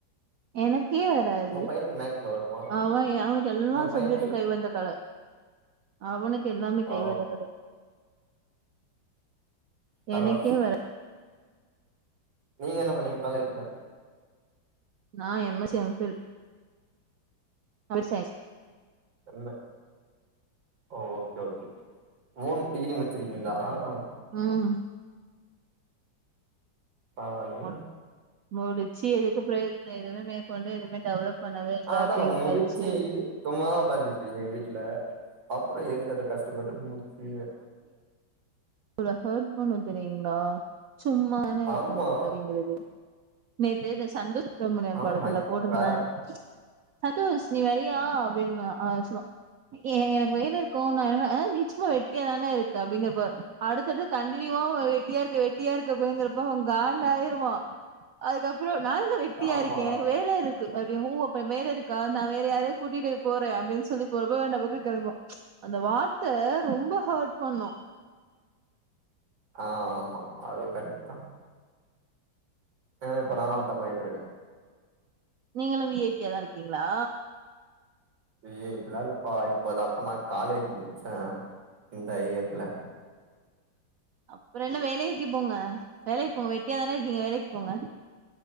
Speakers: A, on the right (about 85°); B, on the right (about 70°).
A: எனக். கே வாறாது
B: உங்க பையனுக்கு மேக்ஸ்ல வருமா
A: அவ அவனுக்கு எல்லா
B: உங்க பையனுக்கு
A: சப்ஜெக்ட்டும் கை வந்த கல. அவுனுக்கு எல்லாமே
B: ஓ
A: கை வந்தக்கத.
B: பரவால்ல
A: எனக்கே வர.
B: நீங்க என்ன பண்ணீங்க காலேஜ்ல.
A: நா எம்எஸ்சி எம்பில். <unintelligible>
B: இல்ல. ஓ ஓக்கே ஓக்கே. மூணு டிகிரி முடிச்சிருக்கீங்களா. ஆஹ ஆஹ.
A: ம்
B: பரவால்லயே
A: மு முடிச்சு எதுக்கு பிரயோஜனோ எதுவுமே. கொண்டு எதுமே டெவலப். பண்ணவே இல்ல
B: அதா
A: அப்டியே
B: முடிச்சி
A: விட்டாச்சு
B: சும்மதா உக்காந்துட்டு இருக்கிங்க வீட்டுல. அப்புறோ எதுக்குது அத கஷ்டபட். டு முடிச்சு.
A: உங்கல ஹெர்ட் பண்ணு தெரியீங்களா. சும்மாதானே உட்காந்துருக்கிற
B: ஆமா
A: அப்படிங்கிறது. நேத்து இந்த சந்தூர். சுப்புரமணிய
B: ஆமா
A: படத்துல
B: இப்ப
A: போட்டுருந்தாங்க.
B: வேற
A: சதோஷ் நீ வரியா அப்பிடின்னுவா. <unintelligible> எனக்கு வேல இருக்கு நா என்ன நிச்சயமா வெட்டியாதான இருக்க அப்புடிங்கறப்ப. அடுத்தது. கண்டினியூா வெட்டியா இருக்க வெட்டியா இருக்க. இரு போங்கறப்ப அவ காண்டு ஆயிருவா. அதுக்கப்புறோ நா எங்க வெட்டியா
B: ஆமா
A: இருக்கே எனக்கு வேல இருக். க்கு அப்புடிங்கவு ஓ அப்பறோ வேல இருக்கா நா வேற யாராவத கூட்டிட்டு போற அப்புடின்னு சொல்லி போறப்ப டபுக்குனு கிளம்புவா ம்ச் அந்த வார்த்த ரொம்ப ஹேர்ட் பண்ணு.
B: ஆஹ ஆமா அதுவு கரெக்ட்டுதா. ஆஹ இப்ப நானுவா தப்பாயிட்டு இருக்க.
A: நீங்களு விஐபியாதா இருக்கீங்களா.
B: விஐபிலா இல்லப்பா இப்பதாப்பா நா காலேஜ் முடிச்ச இந்த இயர்ல.
A: அப்புறோ என்ன வேலைக்கு போங்க வேலைக்கு போங்க வெட்டியாதான இருக்கீங்க வேலைக்கு போங்க.